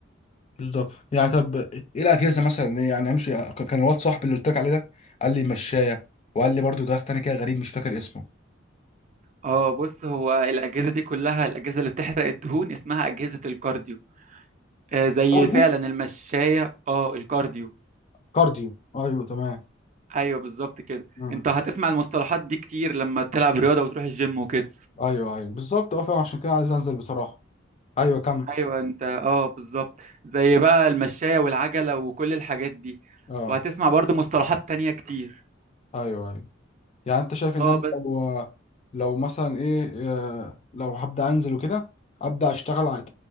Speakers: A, on the left (about 35°); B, on the right (about 40°).
A: بالظبط يعني طب ايه الاجهزه مثلا يعني امشي ك- كان الواد صاحبي اللي قلت لك عليه ده قال لي مشايه وقال لي برضه جهاز تاني كده غريب مش فاكر اسمه
B: اه بص هو الاجهزة دي كلها الاجهزة اللي بتحرق الدهون اسمها اجهزة الكارديو آه زي
A: كارديو
B: فعلا المشاية اه الكارديو
A: كارديو ايوه تمام
B: ايوه بالظبط كده
A: مم.
B: انت هتسمع المصطلحات دي كتير لما تلعب رياضة وتروح الجيم وكده
A: ايوه ايوه بالظبط اه فعلا عشان كده عايز انزل بصراحه ايوه كمل
B: ايوه انت اه بالظبط زي بقى المشاية والعجلة وكل الحاجات دي
A: اه
B: وهتسمع برضو مصطلحات تانية كتير
A: ايوه ايوه يعني انت شايف ان
B: اه
A: انا
B: بس
A: لو لو مثلا ايه آه، لو هبدا انزل وكده ابدا اشتغل على